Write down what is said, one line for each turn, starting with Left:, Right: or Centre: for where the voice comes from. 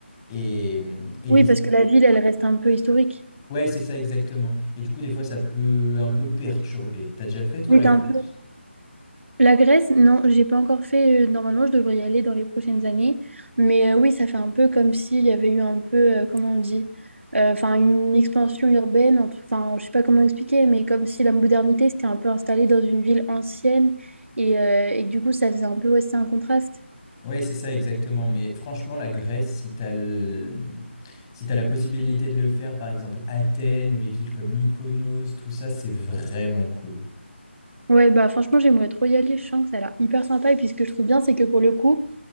Left: et, et, hum, et
Right: Oui,
Left: l'histoire.
Right: parce que la ville, elle reste un peu historique.
Left: Ouais, c'est ça exactement. Et du coup, des fois, ça peut un peu perturber. T'as déjà fait, toi,
Right: Oui,
Left: la
Right: t'as
Left: Grèce?
Right: un peu. La Grèce, non, j'ai pas encore fait. euh, normalement, je devrais y aller dans les prochaines années. Mais euh, oui, ça fait un peu comme s'il y avait eu un peu, euh, comment on dit, euh, enfin, une expansion urbaine. entre- Enfin, je sais pas comment expliquer, mais comme si la modernité s'était un peu installée dans une ville ancienne et, euh, et que du coup, ça faisait un peu, ouais, c'est un contraste.
Left: Ouais, c'est ça exactement. Mais franchement, la Grèce, si t'as le- si t'as la possibilité de le faire, par exemple, Athènes ou les villes comme Mykonos, tout ça, c'est vraiment cool.
Right: Ouais, bah franchement, j'aimerais trop y aller. Je sens que ça a l'air hyper sympa. Et puis, ce que je trouve bien, c'est que pour le coup,